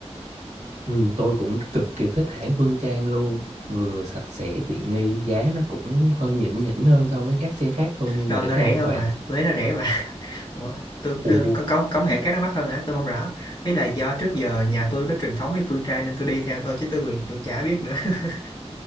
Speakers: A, on the right (about 80°); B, on the left (about 40°).
A: Ừ, tôi cũng cực kỳ thích hãng Phương Trang luôn, vừa sạch sẽ tiện nghi, giá nó cũng hơi nhỉnh nhỉnh hơn so với các xe khác thôi nhưng
B: đâu
A: mà được
B: nó
A: cái
B: rẻ
A: an
B: hơn
A: toàn.
B: mà Huế nó rẻ mà <laughs> ủa tôi,
A: Ồ
B: tôi có có có hệ các nó mắc hơn hả tôi không rõ ý là do trước giờ nhà tôi có truyền thống đi phương Tây nên tôi đi theo thôi chứ tôi còn cũng chả biết nữa <laughs>